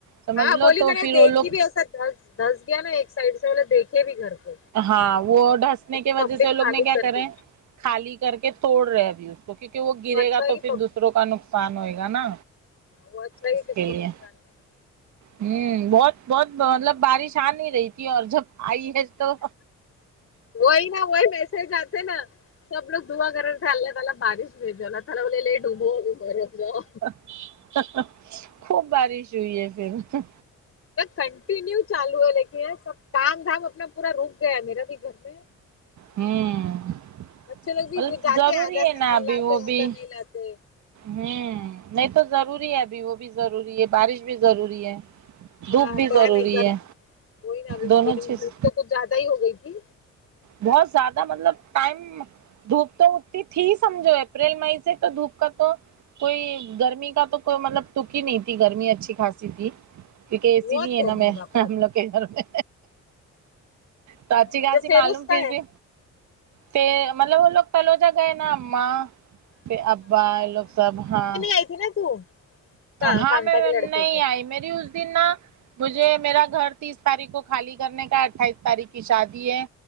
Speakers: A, on the right; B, on the left.
A: سمجھ
B: ہاں
A: لو
B: بولی
A: تو
B: میں نے
A: پھر
B: دیکھی
A: وہ لوگ
B: بھی ایسا دس دھس گیا نا ایک سائڈ سے بے دیکھے بھی گھر کو
A: ہاں وہ ڈھسنے
B: تو پھر
A: کی وجہ
B: پبلک
A: سے وہ لوگ
B: خالی
A: نے کیا
B: کر
A: کرے
B: دی
A: ہیں خالی کر کے توڑ رہے ابھی اس تو کیونکہ وہ گرے
B: اچھا
A: گا
B: ہے
A: تو
B: کہ
A: پھر دوسروں کا نقصان ہوئے گا نا
B: وہ اچھا ہے
A: اس
B: کہ کس
A: کے
B: کو نقصان
A: لیے
B: نہیں
A: ہوں بہت بہت مطلب بارش آ نہیں رہی تھی اور جب آئی ہے تو
B: وہی نا وہی میسج آتے نا سب لوگ دعا کر رہے تھے اللہ تعالی بارش بھیجو اللہ تعالی لے ڈبو مرت جاؤ
A: ہا ہا خوب بارش ہوئی ہے پھر
B: کنٹینیو چالو ہے لیکن یہ سب کام دام اپنا پورا رک گیا ہے میرا بھی گھر میں
A: ہوں
B: بچے لوگ
A: مطلب
B: بھی جاتے
A: ضروری
B: ہیں آدھا
A: ہے
B: سامان
A: نا ابھی
B: لاتے
A: وہ
B: آدھا
A: بھی
B: نہیں لاتے
A: ہوں نہیں تو ضروری ہے ابھی وہ بھی ضروری ہے بارش بھی ضروری ہے
B: ہاں
A: دھوپ بھی
B: ڈیم
A: ضروری
B: ایک بار
A: ہے
B: وہی نا ابھی
A: دونوں
B: لیکن
A: چیز
B: دھوپ تو کچھ زیادہ ہی ہو گئی تھی
A: بہت زیادہ مطلب ٹائم دھوپ تو اتی تھی سمجھو اپریل مئی سے تو دھوپ کا تو کوئی گرمی کا تو کوئی مطلب ٹک ہی نہیں تھی گرمی اچھی خاصی تھی کیونکہ اے
B: بہت
A: سی نہیں
B: گرمی
A: ہے نا میں
B: باپ
A: ہم
B: رے
A: لوگ کے گھر میں تو اچھی کہا
B: اچھا
A: سے
B: فیروز
A: معلوم
B: کا
A: پھر
B: ہے
A: بھی پ مطلب وہ لوگ پہلے گئے نا اما پھر ابا یہ لوگ سب ہاں
B: آتی نا تو کہاں
A: ہاں
B: کانتا
A: میں
B: کے
A: نہیں
B: لڑکے کے
A: آئی میری اس دن نا مجھے میرا گھر تیس تاریخ کو خالی کرنے کا ہے اٹھائیس تاریخ کی شادی ہے